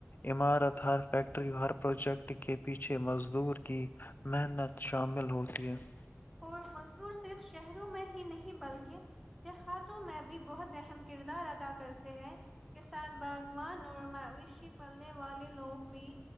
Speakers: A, on the left; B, in the centre.
A: عمارت ہر فیکٹری ہر پروجیکٹ کے پیچھے مزدور کی محنت شامل ہوتی ہے <unintelligible>
B: اور مزدور صرف شہروں میں ہی نہیں بلکہ دیہاتوں میں بھی بہت اہم کردار ادا کرتے ہیں کسان باغوان اور مویشی پلنے والے لوگ بھی